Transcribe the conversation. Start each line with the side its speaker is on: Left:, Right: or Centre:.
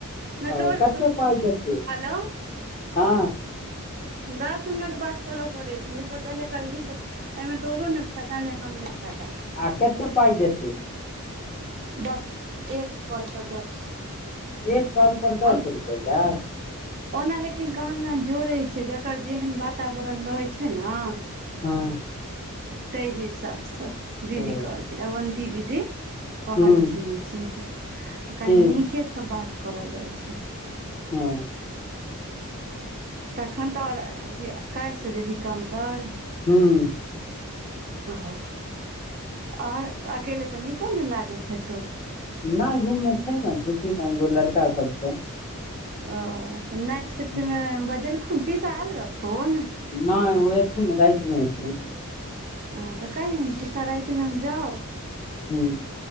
Right: नय
Left: ओ
Right: तोहर
Left: कते
Right: तऽ
Left: पाइ देतै
Right: हेलो
Left: हँ
Right: दस मिनट बात करऽ पड़ै छै ओइ स तऽ पहिले करबही तऽ एहिमे तोरो ने फायदा ने हमरे फायदा
Left: हँ केते पाय देतै
Right: दस एक कॉल पर दस
Left: एक कॉल पर दस
Right: ओन
Left: रुपैया
Right: ओना लेकिन कहाँ दिना जोड़ै छै जकर जेहन वातावरण रहै छै न
Left: हँ
Right: तइ हिसाबसँ दीदी
Left: हँ,
Right: कहलकिन अबन्ती दीदी कहलखिन
Left: हूँ
Right: ई चीज तऽ कनि
Left: की
Right: नीकेसँ बात करल जाइ छै
Left: हँ
Right: तखन तऽ आओर अथी काल्हिसँ जेबही कमपर
Left: हुँ
Right: ओहो आओर तऽ अकेले तऽ नीको नय लागैत हेतौ
Left: नय रूम मे छै ने दू तीन आ एगो लड़का सब छै
Right: ओ तऽ नाइट सिफ्ट
Left: हूँ,
Right: मे बजेलखुन पीसा आयल रहथुन
Left: नय ओ एथिन न रातिमे एथिन
Right: हँ तऽ कैइहेन पीसा राति मे हम जाउ
Left: हुँ